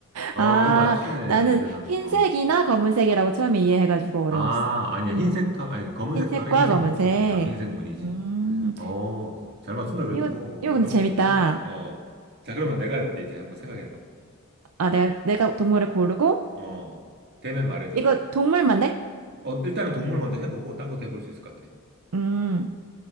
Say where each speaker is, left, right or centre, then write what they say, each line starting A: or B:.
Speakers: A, on the right (about 50°); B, on the right (about 75°).
A: 어,
B: 아,
A: 그걸 맞추네.
B: 나는
A: 대단.
B: 흰색이나
A: 어.
B: 검은색이라고 처음에 이해해가지고 어려웠어.
A: 아, 아니야. 흰색
B: 음.
A: 털, 아니 검은색
B: 흰색과
A: 털에 흰색
B: 검은색.
A: 무- 줄무늬, 어, 흰색 무늬지.
B: 음,
A: 어, 잘 맞춘다 그래도
B: 이거, 이거
A: 어려운
B: 근데 재밌다.
A: 거였네. 어. 자, 그러면 내가 해볼게 이제 한번 생각해봐.
B: 아, 내가, 내가 동물을 고르고,
A: 어, 되면 말해줘.
B: 이거 동물만 돼?
A: 어, 일단은 동물 먼저 해보고 딴 것도 해볼 수 있을 것 같아.
B: 음,